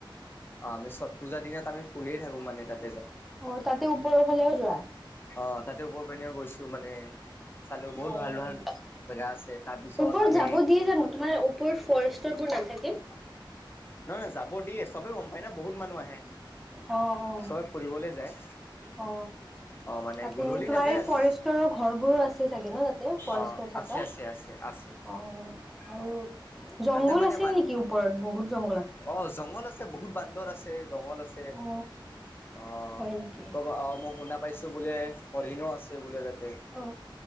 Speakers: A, on the left; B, in the centre.
A: অ আমি চট পূজাৰ দিনত আমি ফুৰিয়ে থাকোঁ মানে তাত
B: অ তাতে ওপৰ হলেও যোৱা
A: অ তাতে ওপৰৰ পিনেও গৈছো মানে চালো বহুত
B: অ'।
A: ভাল ভাল জেগা আছে তাৰপিছত
B: ওপৰত
A: আমি
B: যাব দিয়ে জানো তোমাৰ ওপৰত ফৰেষ্টৰ বোৰ নাথাকে
A: নহয় নহয় যাব দিয়ে চবে গম পায় না বহুত মানুহ আহে
B: অ', অ'।
A: চবে ফুৰিবলে যায়
B: অ
A: অ', মানে
B: তাতে
A: গধূলি
B: তোমাৰ
A: নাযায়
B: এই
A: আৰু
B: ফৰেষ্টৰ ঘৰবোৰো আছে চাগে ন তাতে ফৰেষ্টৰ
A: অ',
B: থাকা
A: আছে আছে আছে আছে
B: অ আৰু
A: অ
B: জংঘল
A: তাতে মানে
B: আছিল
A: মান
B: নেকি ওপৰত বহুত জং
A: অ জংঘল আছে বহুত বান্দৰ আছে জঙ্গল আছে
B: অ
A: অ
B: হয় নেকি
A: ত মই শুনা পাইছো বোলে হৰিণো আছে বোলে ততে
B: অ